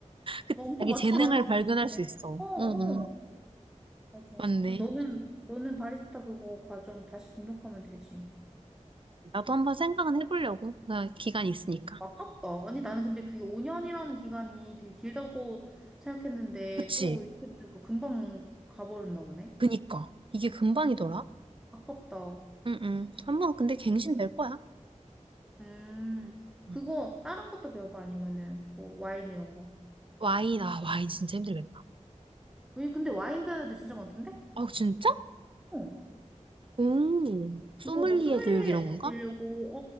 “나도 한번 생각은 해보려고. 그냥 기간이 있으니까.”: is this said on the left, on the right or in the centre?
Right